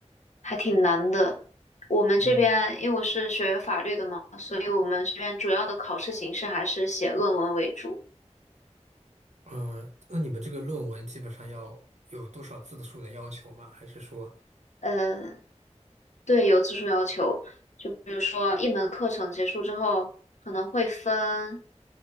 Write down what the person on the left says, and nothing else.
还挺难的。我们这边因为我是学法律的嘛，
所以我们这边主要的考试形式还是写论文为主。
嗯，对，有字数要求，比如说一门课程结束之后，可能会分，